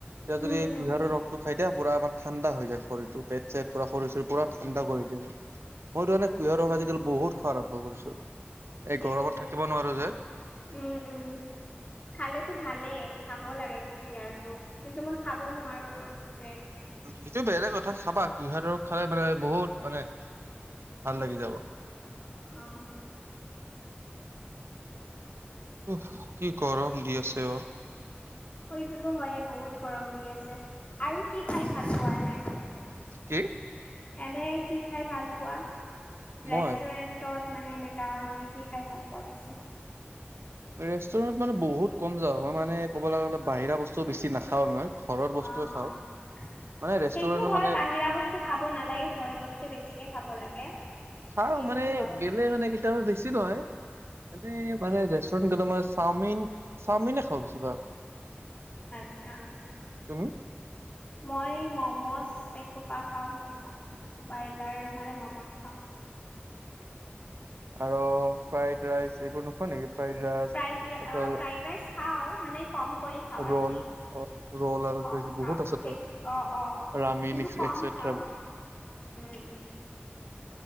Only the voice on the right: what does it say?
এতিয়া যদি
কুঁহিয়াৰৰ ৰস সটো খাই দিয়া পুৰা আমাৰ ঠাণ্ডা হৈ যায় শৰীৰটো পেট চেট পুৰা শৰীৰ চৰীৰ পুৰা ঠাণ্ডা কৰি দিয়ে। মইতো মানে কুঁহিয়াৰ
ৰস আজিকালি বহুত খোৱা আৰম্ভ কৰিছো এই
গৰমত থাকিব নোৱাৰো যে।
সেটো বেলেগ কথা খাবা কুঁহিয়াৰ ৰস খালে মানে বহুত মানে ভাল লাগি যাব।
উস কি গৰম দি আছে অ'।
কি?
মই
ৰেষ্টুৰেন্টত মানে বহুত কম যাওঁ হয় মই মানে ক'বলৈ গ'লে বাহিৰা বস্তু বেছি নাখাও মই। ঘৰৰ বস্তুৱে
খাওঁ
মানে ৰেষ্টুৰেণ্টৰ
মানে
খাও
মানে
গেলে মানে কেতিয়াবা বেছি নহয় এনেই মানে ৰেষ্টুৰেণ্ট গ'লে মই চাওমিন চাওমিনে খাওঁ বেচি ভাগ।
তুমি?
আৰু ফ্ৰাইড ৰাইচ এইবোৰ নোখোৱা নেকি? ফ্ৰাইড ৰাইচ
তাৰপিছত
ৰল
অ ৰল আৰু
কিবা কিবি
বহুত আছেতো
ৰামিন
এক্সেট্ৰা।